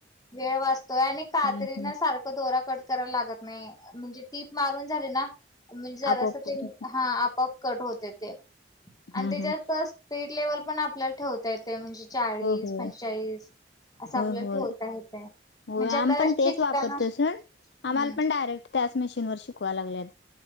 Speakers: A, on the left; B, on the left.
A: वेळ वाचतोय आणि
B: हम्म
A: कात्रीन
B: हम्म
A: सारखं दोरा कट करायला लागत नाही. म्हणजे टीप मारून झाली नाम म्हणजे जरासं
B: आपोआप कर
A: ते. हा... प कट होत येते
B: हम्म
A: आणि त्याच्यात
B: हम्म
A: स्पीड लेवल पण आपल्याला ठेवता येते म्हणजे. चाळीस
B: होय
A: पंचेचाळीस. असं
B: हो
A: आपल्याला
B: होय..
A: ठेवता येतय
B: होय..
A: म्हणजे
B: आम
A: आता
B: पण
A: शिकताना
B: तेच वापरतो असून आम्हाला
A: हम्म
B: पण डायरेक्ट. त्याच मशीनवर शिकवाला लागलेत.